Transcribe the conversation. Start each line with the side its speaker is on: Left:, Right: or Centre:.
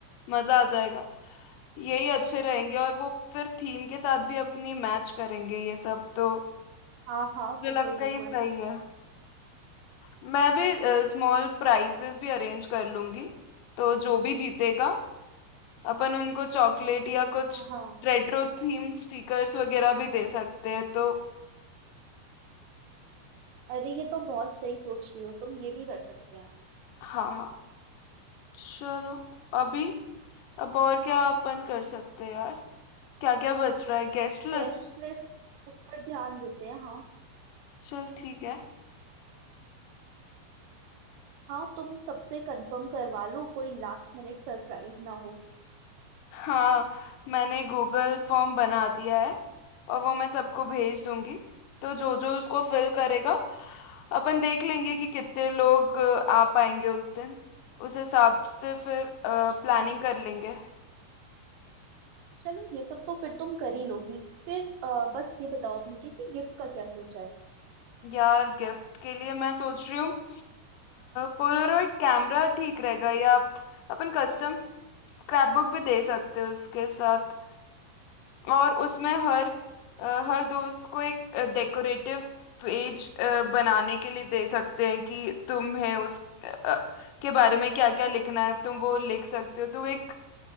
Left: मजा आ जाएगा यही अच्छे रहेंगे और वो फिर थीम के साथ भी अपनी मैच करेंगे ये सब तो
Right: हाँ हाँ
Left: मुझे
Right: बिल्कुल
Left: लगता
Right: बिल्कुल
Left: है ये सही है मैं भी स्मॉल प्राइजेस भी अरेंज कर लूंगी तो जो भी जीतेगा अपन उनको चॉकलेट या कुछ
Right: हाँ हाँ
Left: रेट्रो थीम स्टिकर्स वगैरह भी दे सकते हैं तो
Right: अरे ये तो बहुत सही सोच रही हो तुम ये भी कर सकते हैं
Left: हाँ हाँ चलो अभी अब और क्या अपन कर सकते हैं यार क्या क्या बच रहा है Guest list
Right: गेस्ट लिस्ट उस पर ध्यान देते हैं हाँ
Left: चल ठीक है
Right: हाँ तुम सबसे कंफर्म करवा लो कोई लास्ट मिनट सरप्राइज ना हो
Left: हाँ मैंने गूगल फॉर्म बना दिया है और वो मैं सबको भेज दूंगी तो जो जो उसको फिल करेगा अपन देख लेंगे कि कितने लोग अ, आ पाएंगे उस दिन उस हिसाब से फिर प्लानिंग
Right: अच्छा
Left: कर लेंगे
Right: चलो ये सब तो फिर तुम कर ही लोगी फिर अ, बस ये बताओ अब मुझे कि गिफ्ट का क्या सोचा है
Left: यार गिफ्ट के लिए मैं सोच रही हूँ पोलरॉइड कैमरा ठीक रहेगा या अपन कस्टम स्क्रैप बुक भी दे सकते हो उसके साथ और उसमें हर अ, हर दोस्त को एक डेकोरेटिव पेज बनाने के लिए दे सकते हैं कि तुम्हें उस अ, के बारे में क्या क्या लिखना है तुम वो लिख सकते हो तो एक